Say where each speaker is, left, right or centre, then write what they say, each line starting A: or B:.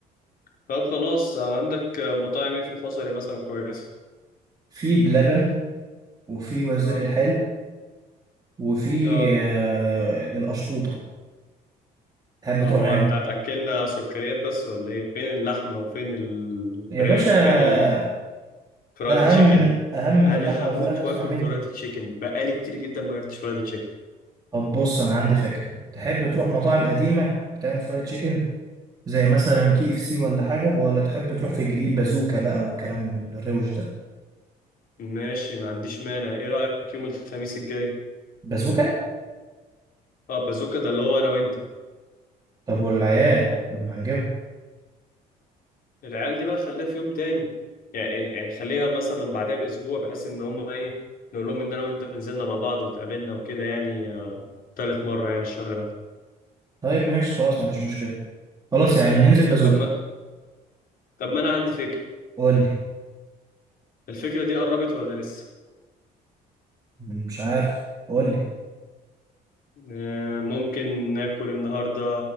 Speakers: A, on the left; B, on the right.
A: طب خلاص عندك مطاعم ايه في الحصري مثلا كويسه
B: في بلبن وفي وزير
A: اه
B: الحلو وفي
A: اه
B: آه، القشطوطة تحب
A: هو
B: تروح يعني
A: انت هتاكلنا سكريات بس ولا ايه فين اللحمه وفين الفراخ
B: يا باشا
A: فين الفرايد
B: ده اهم
A: تشيكن
B: اهم من
A: انا
B: اللحمة والفراخ
A: هموت
B: اسمع
A: واكل
B: مني
A: فرايد تشيكن بقالي كتير جدا ما اكلتش فرايد تشيكن
B: طب بص انا عندي فكره تحب تروح مطاعم
A: مم.
B: قديمه بتعمل فرايد تشيكن زي مثلا كي اف سي ولا حاجه ولا تحب تروح في الجديد بازوكا بقى والكلام الروش ده
A: ماشي ما عنديش مانع ايه رايك يوم الخميس الجاي
B: بازوكا
A: اه بازوكا ده اللي هو انا وانت
B: طب والعيال لما هنجيبهم
A: العيال دي بقى خليها في يوم تاني يعني يعني خليها مثلا بعدها باسبوع بحيث ان هم ايه نقول لهم ان انا وانت نزلنا مع بعض واتقابلنا وكده يعني آه، تالت مره يعني الشهر ده
B: طيب ماشي خلاص مفيش مشكله خلاص يعني ننزل بازوكا
A: طب ما طب ما انا عندي فكره
B: قول لي
A: الفكرة دي قربت ولا لسه
B: مش عارف قول لي
A: آه، ممكن ناكل النهاردة